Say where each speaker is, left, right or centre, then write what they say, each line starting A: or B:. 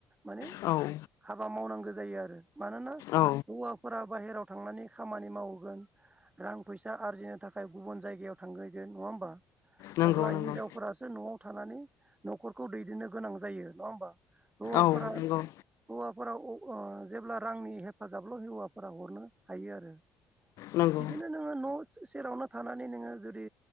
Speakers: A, on the right; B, on the left.
A: माने
B: औ
A: हाबा मावनांगो जायो आरो मानोना
B: औ
A: हौवाफोरा बाहेराव थांनानै खामानि मावैगोन रां फैसा आरजिनो थाखाय गुबुन जायगायाव थांहैगोन नङा होमबा
B: नंगौ
A: अब्ला
B: नंगौ
A: हिनजावफोरासो न'आव थानानै न'खरखौ दैदेननो गोनां जायो नङा होमबा हौवाफोरा
B: औ नंगौ
A: हौवा खराव अ ओ जेब्ला रांनि हेफाजाबल' हि हौवाफोरा हरनो हायो आरो
B: नंगौ
A: बिदिनो नोङो न' सेरावनो थानानै नोङो जुदि